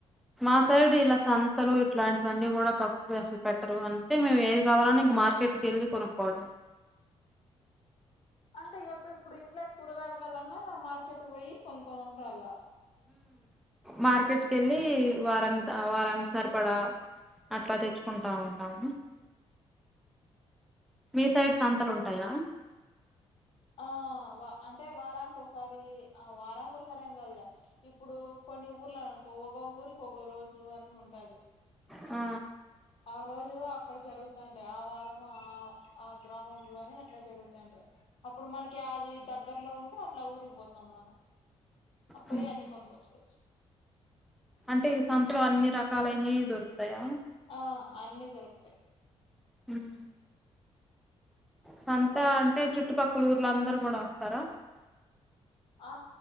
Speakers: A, in the centre; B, on the left.
A: మాసై ఇలా సంతలు ఇట్లాంటివన్నీ కూడా తక్కువసలు పెట్టరు అంటే మేము వరం
B: అంటే
A: మార్కెట్ వెళ్లి కొ ప
B: అంటే ఇప్పు ఇప్పుడు ఇంట్లో కూరగాయల కలన్నా మార్కెట్ పోయి కొనుకుొంటళ్ల
A: మార్కెట్కి వెళ్ళలి వారానికి వారానికి సరిపడా అట్పాతచ్చు కుంటా ఉంటాము మీ సైడ్ సంతాలు ఉంటాయా
B: ఆ అంటే వారానికి ఒకసారి ఆ వారానికి ఒకసారి ఏం కాదు కదా ఇప్పుడు కొన్ని ఊర్లు అనుకో ఒక ఊరికి ఒక రోజు అని ఉంటది
A: ఆ
B: ఆ రోజు అక్కడ జరుగుతంటే ఆ వారం ఆ ఆ గ్రామంలోని అట్లా జరుగుతుంటే అప్పుడు మనకి అది దగ్గరలో ఉంటే అట్లా ఊరిగిపోతాం మనం అబ్బాయి
A: హ్మ్.
B: అన్న కొనుక్కొచ్చుకోవచ్చు
A: అంటే ఈ సంతలో అన్ని రకాలైన ఇ కృపయా
B: ఆ అన్ని దొరుకుతాయి
A: హ్మ్. సంత
B: ప్రతి
A: అంటే
B: ఒక్కటి
A: చుట్టుపక్కల ఊర్లు అందరు కూడా వస్తారా
B: ఆ